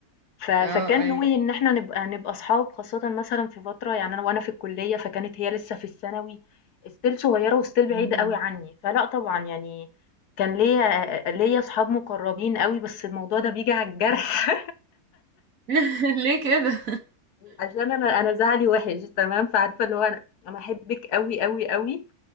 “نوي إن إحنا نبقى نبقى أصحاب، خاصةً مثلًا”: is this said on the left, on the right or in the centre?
Left